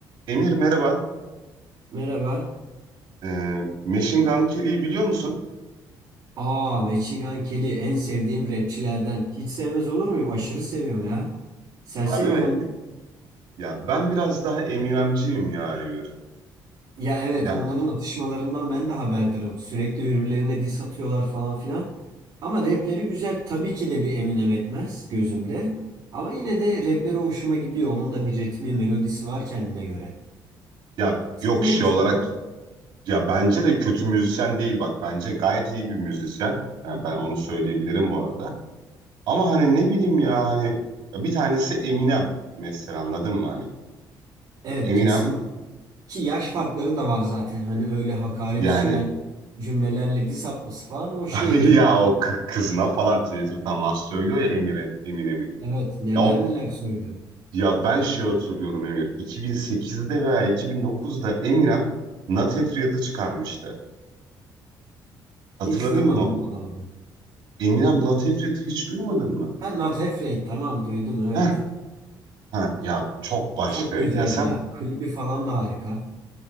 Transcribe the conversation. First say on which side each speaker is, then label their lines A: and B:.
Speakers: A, on the right; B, on the right.
A: Emir merhaba.
B: Merhaba.
A: Ee, Machine Gun Kelly'yi biliyor musun?
B: Aa, Machine Gun Kelly en sevdiğim rapçilerden. Hiç sevmez olur muyum? Aşırı seviyorum ya. Sen
A: Harbi
B: seviyor
A: mi?
B: musun?
A: Ya ben biraz daha Eminemciyim ya Emir.
B: Ya evet
A: Yani
B: onların atışmalarından ben de haberdarım. Sürekli birbirlerine diss atıyorlar falan filan. Ama rapleri güzel. Tabii ki de bir Eminem etmez gözümde. Ama yine de rapleri hoşuma gidiyor. Onun da bir ritmi, melodisi var kendine göre.
A: ya
B: Sen
A: yok şey
B: ne düşünüyorsun?
A: olarak ya bence de kötü müzisyen değil bak. Bence gayet iyi bir müzisyen. Ya ben onu söyleyebilirim bu arada. Ama hani ne bileyim ya hani ya bir tanesi Eminem mesela anladın mı hani?
B: Evet
A: Eminem
B: kesin. Ki yaş farkları da var zaten. Hani öyle hakaret
A: yani
B: içeren cümlelerle diss atması falan hoş
A: <laughs>
B: değil tabii.
A: ya o kı- kızına falan Twitter'dan laf söylüyor ya Emir'e Eminem'in.
B: Evet neler
A: Ya o
B: neler söylüyor.
A: Ya ben şey hatırlıyorum Emir. 2008'de veya 2009'da Eminem Not Afraid'ı çıkarmıştı. Hatırladın
B: Hiç duymadım
A: mı? o?
B: vallahi.
A: Eminem Not Afraid hiç duymadın mı?
B: Ben Not Afraid tamam duydum evet.
A: Heh, ha ya çok başkaydı
B: Çok güzeldi
A: ya. Sen
B: ya. Klibi falan da harika.